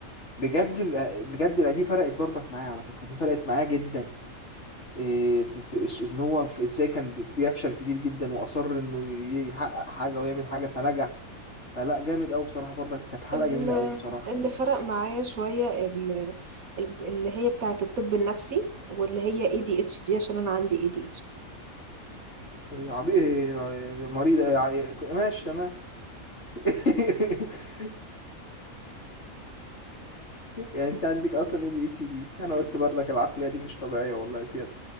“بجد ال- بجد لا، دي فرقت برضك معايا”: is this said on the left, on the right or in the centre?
Left